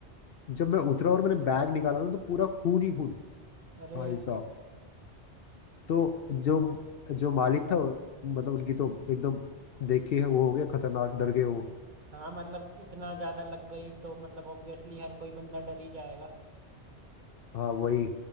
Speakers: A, on the left (about 60°); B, on the right (about 45°).
A: जब मैं उतरा और मैंने बैग निकाला ना तो पूरा खून ही खून
B: अरे
A: भाई साहब तो जो जो मालिक था मतलब उनकी तो एकदम देख के वो हो गया खतरनाक डर गए वो
B: हाँ मतलब इतना ज्यादा लग गई तो मतलब ऑब्वियसली हर कोई बंदा डर ही जाएगा
A: हाँ वही